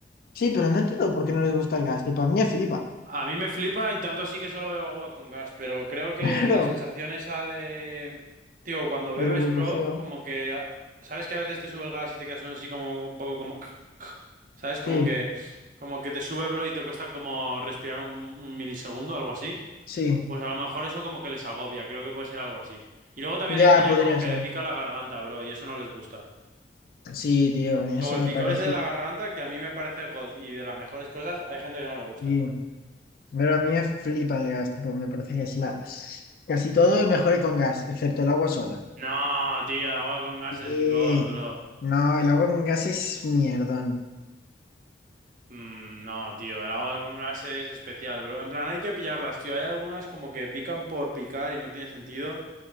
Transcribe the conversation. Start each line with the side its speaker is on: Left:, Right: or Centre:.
Left: Sí, pero no entiendo por qué no les gusta el gas. Tipo, a mí me flipa. <laughs>
Right: A mí me flipa y tanto así que solo bebo agua con gas. Pero creo que
Left: Claro,
Right: la sensación esa de... Tío, cuando bebes,
Left: del burbujeo.
Right: bro, como que... ah, ¿Sabes que a veces te sube el gas y te quedas así como un poco como... <laughs> ¿Sabes? Como
Left: Sí,
Right: que... Como que te sube, bro, y te cuesta como respirar un, un milisegundo, algo así.
Left: sí.
Right: Pues a lo mejor eso como que les agobia, creo que puede ser algo así. Y luego también
Left: Ya
Right: hay peña
Left: podría
Right: como que
Left: ser.
Right: le pica la garganta, bro, y eso no les gusta.
Left: Sí, tío, a mí
Right: Como
Left: eso
Right: el
Left: me
Right: picor
Left: parece.
Right: ese de la garganta, que a mí me parece god y de las mejores cosas, hay gente que no le gusta.
Left: sí. Pero a mí me flipa el gas. Tipo, me parece que es la. Casi todo mejore con gas, excepto el agua sola.
Right: No, tío, el agua con gas
Left: Sí.
Right: es god, bro.
Left: No, el agua con gas es mierdón.
Right: Mm, no, tío, el agua con gas es especial, bro. En plan, hay que pillarlas, tío. Hay algunas como que pican por picar y no tiene sentido.